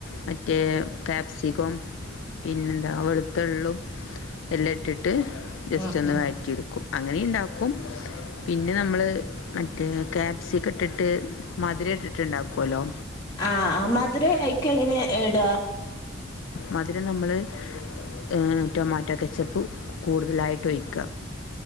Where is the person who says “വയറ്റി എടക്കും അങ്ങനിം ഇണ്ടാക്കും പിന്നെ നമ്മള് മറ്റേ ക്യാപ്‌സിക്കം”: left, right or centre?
Left